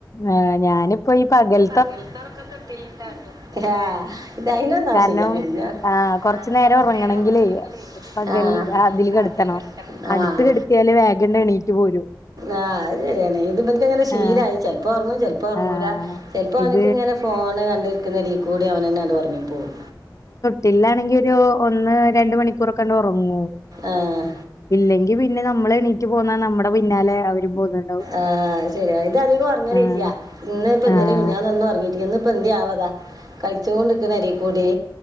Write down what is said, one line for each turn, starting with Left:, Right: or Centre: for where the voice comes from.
Left: ആഹ് ഞാനിപ്പോ ഈ പകൽ
Right: പകൽത്തെ ഒറക്കം തോട്ടില് ഇട്ട് ആട്ടും ആഹ് ഇതയിന്റന്നു ആവശ്ല്ല്യ
Left: കാരണം
Right: പിന്നെ
Left: ആഹ് കൊറച്ചു
Right: കുറച്ച്
Left: ഒറങ്ങണെങ്കിലേ
Right: നേരം ഉറങ്ങണങ്കില്
Left: പകൽ
Right: ആഹ്
Left: അതില് കെടത്തണം
Right: അതീകെടക്കണം
Left: അടുത്ത്
Right: ആഹ്
Left: കെടത്തിയാല് വേഗണ്ട് എണീറ്റ് പോരും
Right: ആ അത് ശരിയാണ് ഇത് ഇവൽക്കങ്ങനെ ശീലായി.
Left: ആഹ്
Right: ചെല്പ്പോ ഒറങ്ങും ചെല്പ്പോ ഒറങ്ങൂല
Left: ആഹ്
Right: ചെല്പ്പോ ഓന്ക്ക്ങ്ങനെ
Left: ഇത്
Right: ഫോണ് കണ്ടിരിക്കിണടീകൂടെ ഓനന്നാണ്ട് ഒറങ്ങിപ്പോവും
Left: പിന്നാണെങ്കി ഒരു ഒന്ന് രണ്ട് മണിക്കൂറൊക്കെണ്ട് ഒറങ്ങും.
Right: ആഹ്
Left: ഇല്ലെങ്കി പിന്നെ നമ്മള് എണീറ്റ് പോന്നാ, നമ്മടെ പിന്നാലെ അവരും പോന്നുണ്ടാവും.
Right: ആഹ് അയ്ശരിയാ. ഇത് അധികം ഉറങ്ങലില്ല്യ.
Left: ആഹ്
Right: ഇന്ന് ഇന്നലിം
Left: ആഹ്
Right: മിഞ്ഞാന്നൊന്നും ഒറങ്ങീട്ടില്ല. നന്പ്പോ ന്തേ ആവതാ. കളിച്ചോണ്ടക്കണ് എടീക്കൂടി.